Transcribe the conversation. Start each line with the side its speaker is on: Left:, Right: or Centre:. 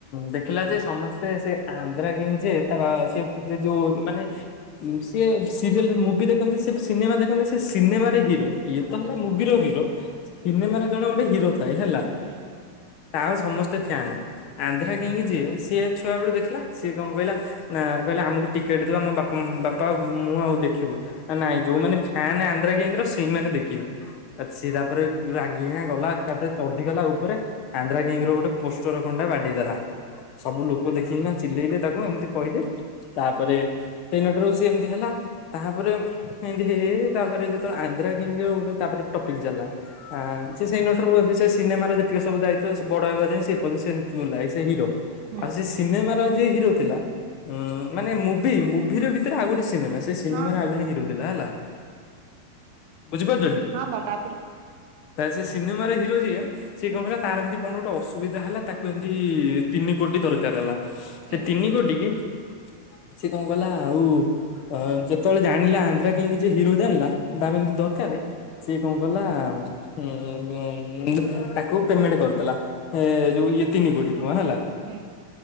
Left: ଦେ ହେଲା ଯେ ସମସ୍ତେ ସେ ଆନ୍ଧ୍ରା କିଙ୍କ ଯେ ତା ସେ ଯୋ ମାନେ ସିଏ ସିରିଏଲ ମୁଭି ଦେଖନ୍ତି ସେ ସିନେମା ଦେଖନ୍ତି ସେ ସିନେମାରେ ହିରୋ ଇଏ ତ ହେଲେ ମୁଭିର ହିରୋ। ସିନେମାରେ ଜଣେ ଗୋଟେ ହିରୋ ଥାଏ ହେଲା।
Right: <inaudible>
Left: ତାର ସମସ୍ତେ ଫ୍ୟାନ ଆନ୍ଧ୍ରା କଙ୍କ ଯିଏ ସିଏ ଛୁଆ ବେଳୁ ଦେଖିଲା ସିଏ କଣ କଇଲା ନା କହିଲା ଆମକୁ ଟିକେଟ ଦିଅ ଆମ ବାପା ବାପା ମୁଁ ଆଉ ଦେଖିବୁ। ନା ନାଇଁ ଯୋଉମାନେ ଫ୍ୟାନ୍ ଆନ୍ଧ୍ରା କଙ୍କ ର ସେଇମାନେ ଦେଖିବେ ଆ ସିଏ ତାପରେ ରା ନିଆଁ ଗଲା ଏକାଥରେ ଚଢିଗଲା ଉପରେ ଆନ୍ଧ୍ରା କିିଙ୍ଗ ରୁ ଗୋଟେ ପୋଷ୍ଟର ଖଣ୍ଡା ବାଡିଦେଲା। ସବୁ ଲୋକ ଦେଖିକିନା ଚିଲେଇଲେ ତାକୁ ଏମିତି କହିଲେ ତାପରେ ସେଇନା ଟା ରୁ ସେ ଏମିତି ହେଲା ତାପରେ ଏମିତି ହେଇ ହେଇ ତାପରେ ଯେତେବେଳେ ଆନ୍ଧ୍ରା କିଙ୍ଗ ଗୋଟେ ତାପରେ ଟପିକ ଚାଲିଲା। ଆଁ ସେ ସେଇନଠାରୁ କୁହନ୍ତି ସେ ସିନେମାର ଯେ ସେ ସବୁ ଦାୟିତ୍ୱ ବଡ଼ବାବା ଯେ ସେ ହେବା ଯାଇଁ ସେ ହିରୋ
Right: ହୁଁ
Left: ଆଉ ସେ ସିନେମାର ଆଉ ଯିଏ ହିରୋ ଥିଲା ଉଁ ମାନେ ମୁଭି ମୁଭି ର ଭିତରେ ଆଉ ଗୋଟେ ସିନେମା ସେ ସିନେମ
Right: ହଁ ହଁ
Left: ରେ ଆଉ ଜଣେ ହିରୋ ଥିଲା ହେଲା? ବୁଝିପାରୁଛନ୍ତି?
Right: ହଁ ବା ତାପରେ
Left: ତା ସେ ସିନେମାର ହିରୋ ଯିଏ ସିଏ
Right: ହୁଁ
Left: କଣ କଲା ତାର ଏମିତି କଣ ଗୋଟେ ଅସୁବିଧା ହେଲା ତାକୁ ଏମତି ତିନି କୋଟି ଦରକାର ହେଲା। ସେ
Right: ହୁଁ
Left: ତିନି କୋଟି କି
Right: ହୁଁ ହୁଁ
Left: ସିଏ କଣ କଲା ଆଉ ଯେତେବେଳେ ଜାଣିଲା ଆନ୍ଧ୍ରା କୀଙ୍କ୍ ଯେ ହିରୋ ଜାଣିଲା। ଦାମ ଏମିତି ଦରକାର ସିଏ କଣ କଲା ଉଁ କୁ ପେମେଣ୍ଟ କରିଦେଲା ଏ ଯୋଉ ଇଏ ତିନି କୋଟି ଟଙ୍କା ହେଲା।
Right: ହୁଁ।